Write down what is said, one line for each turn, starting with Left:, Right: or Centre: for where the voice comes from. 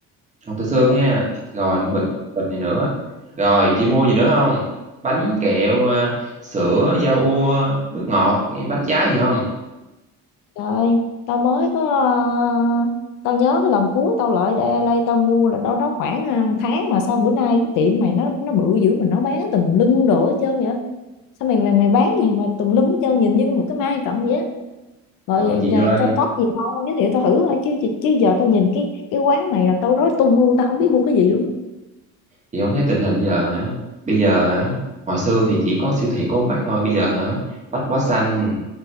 Right: ngọt từ xương ha rồi
Left: ừ.
Right: bịch bịch này nữa rồi chị mua gì nữa không bánh kẹo à, sữa da ua nước ngọt bánh trái gì không
Left: trời ơi tao mới có ờ, tao nhớ cái lần cuối tao lại đây, đây tao mua là đâu đó khoảng ờ, tháng mà sao bữa nay cái tiệm mày nó nó bự dữ mà nó bán tùm lum đồ hết trơn vậy sao mày mày mày bán gì mà tùm lum hết trơn nhìn như một cái mai cận vậy á rồi,
Right: Trời
Left: rồi,
Right: ơi, chị
Left: rồi
Right: ơi,
Left: có, có gì ngon không giới thiệu tao thử thôi chứ chứ chứ giờ tao nhìn cái cái quán này là tao rối tung luôn tao không biết mua cái gì luôn á
Right: chị không thấy tình hình giờ hả? Bây giờ hả? Hồi xưa thì chỉ có siêu thị có mắt thôi, bây giờ hả? Bách Hóa Xanh,